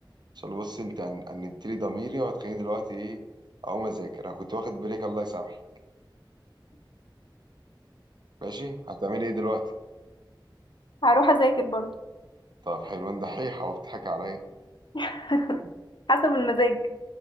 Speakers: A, on the right (about 55°); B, on the left (about 65°).
A: عشان بص انت هن- هنبتدي ضميري وهتخليني دلوقتي ايه اقوم اذاكر انا كنت واخد بريك الله يسامحك ماشي هتعملي ايه دلوقتي
B: هروح اذاكر برضه
A: طب حلوان دحيح او بتضحك عليا
B: <laughs> حسب المزاج